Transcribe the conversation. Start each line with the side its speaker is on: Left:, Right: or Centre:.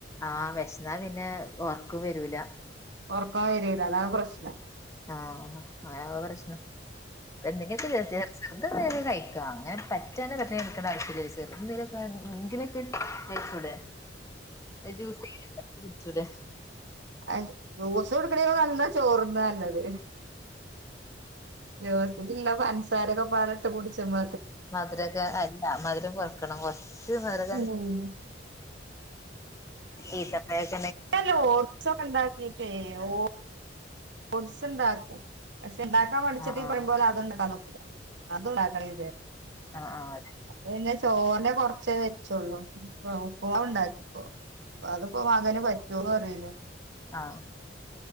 Left: ആഹ് വിശന്നാ പിന്നെ ഒറക്കം വരൂല
Right: ഉറക്കം വരൂല അതാണ് പ്രശ്നം
Left: ആ ആ അങ്ങനാവുമ്പോ പ്രശനം പ്പ എന്തെങ്കിലൊക്കെ <unintelligible> ചെറുത് എന്തെങ്കിലൊക്കെ കഴിക്കാ അങ്ങനെ പറ്റനെ പട്ടിണി കെടക്കണ്ട ആവശ്യല്ല ചെറുത് എന്തെങ്കിലൊക്കെ ങ്കിലൊക്കെ ചൂടെ ജൂസെങ്കിലും ഇണ്ടാക്കി കുടിച്ചൂടെ
Right: അയ് ജ്യൂസ് കുടിക്കണെക്കാളും നല്ലതാ ചോറ്ന്നാ നല്ലത് ദിവസത്തിൽ ഇള്ള പൻസാരൊക്കെ പാടെ ഇട്ട് കുടിച്ചുമ്മ
Left: മധുരൊക്കെ അല്ല മധുരം കൊറക്കണം കൊറച്ച് മധുര
Right: ഉം
Left: ഈത്തപ്പഴം
Right: ലോ ഓട്സ് ഒക്കെ ഇണ്ടാക്കിട്ടെ ഓ ഓട്സ് ണ്ടാക്കും പക്ഷെ ഇണ്ടാക്കാൻ മടിച്ചിട്ട്
Left: ആഹ്
Right: പറിം പോലെ അതും ണ്ടാക്കാതക്കും അതുണ്ടാക്കണേ വിചാരി
Left: ആ ആ
Right: അപ്പ പിന്നെ ചോറിനെ കൊറച്ചേ വെച്ചുള്ളൂ ഉപ്പുമാവ് ഉണ്ടാക്കി ഇപ്പൊ അപ്പൊ അതിപ്പോ മകന് പറ്റൊന്നറീല്ല
Left: ആ